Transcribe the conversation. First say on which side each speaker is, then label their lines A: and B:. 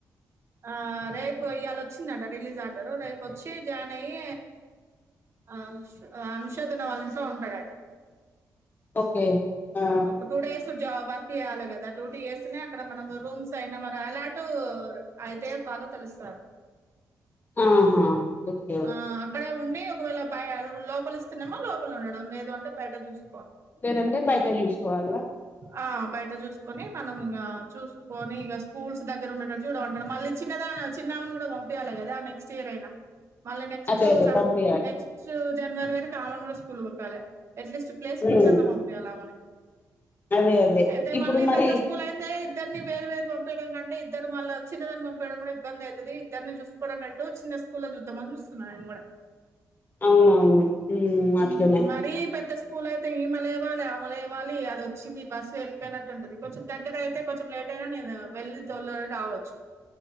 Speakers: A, on the right; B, on the left.
A: ఆ రేపు ఇవాళ వచ్చిందంట రిలీజ్ ఆడారు రేపోచ్చి జాయిన్ అయ్యి ఆ అనుషధన వాళ్ళ ఇంట్లొ ఉంటాడట
B: ఓకే ఆ
A: ఒక టూ డేస్ వర్క్ చేయాలి కదా డ్యూటీ చేస్తనే అక్కడ మనం రూమ్స్ అయినా మరి అలాటు అయితే <unintelligible> తెలుస్త
B: ఆహా ఓకే ఓకే
A: ఆ అక్కడే ఉండి ఒకవేళ బయ లోపలి ఇస్తున్నామా లోపల ఉండడం లేదు అంటే బయట చూస్
B: లేదంటే బయట చూసుకోవాల
A: ఆ బయట చూసుకొని మనము ఇంగా చూ ని ఇక స్కూస్ల్ దగ్గర ఉన్నటట్టు చూడంమంటాడు మళ్ళీ చిన్నదా చిన్నమని కూడా పంపించాల కదా నెక్స్ట్ ఇయర్ అయినా మళ్ళీ నెక్స్ట్
B: అదే అదే పంపియాలి
A: నెక్స్ట్ జనవరి వరుకు ఆమన్ కూడా స్కూల్కి <unintelligible> అట్లీస్ట్ ప్లేస్కల్
B: ఉమ్
A: కన్నా పొంపియల వాన్ని
B: అదే అదే
A: అయితే
B: ఇప్పుడు
A: మళ్ళీ
B: మరి
A: పెద్ద స్కూల్ అయిందే ఇద్దరిని వేరు వేరు పంపయడం కంటే ఇద్దరు మళ్ళ చిన్నదాని పంపించడం కూడా ఇబ్బంది అవుతుది ఇద్దరిని చూసుకోవడం అంటు చిన్న స్కూల్ చూద్దామని చూస్తున్నా ఆయన కూడ
B: అవునవును ఉమ్
A: హు
B: అట్లనే
A: మరి పెద్ద స్కూల్ అయితే ఇమ లేవాలి ఆమా లేవాలి వచ్చింది బస్సు వెళ్ళిపోయినట్టు ఉంటది కొంచెం దగ్గర అయితే కొంచెం లేట్ అయినా నేను వెళ్ళ తోలి రావచ్చు